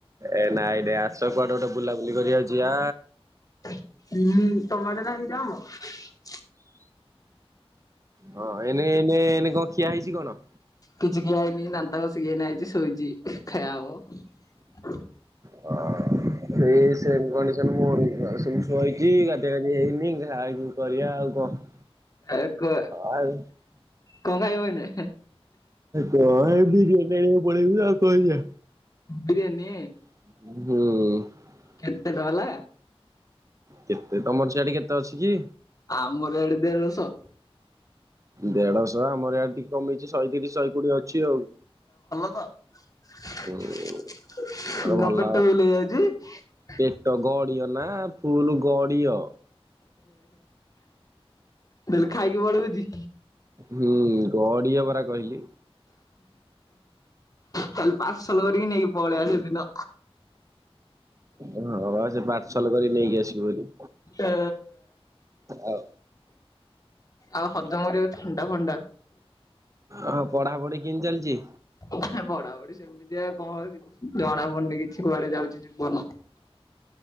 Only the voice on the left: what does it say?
<inaudible>
କିଛି ଖିଆହେଇନି ଦାନ୍ତ ଘସି କିି ଆଇଛି ଶୋଇଛି ଖାଇଆ ହବ।
ଏକ
କଣ ଖାଇବୁ ଏନେ?
ବିରିୟାନୀ
କେତେଟ ବାଲା
ଆମର ଆଡେ ଦେଢଶହ।
<inaudible>
<inaudible>
ଦେଲେ ଖାଇକି ବଳ ହଉଛି।
ତା ପାର୍ସଲ କରିକି ନେଇକି ପଳେଇଆ ସେଦିନ।
ଏ
ଆଉ ହଜମ କରିବାକୁ ଥଣ୍ଡା, ଫଣ୍ଡା।
ପଢା଼ପଢି଼ ସେମିତିଆ କଣ ଜଣା ପଡୁନି କିଛି କୁଆଡେ ଯାଉଛି ଜୀବନ।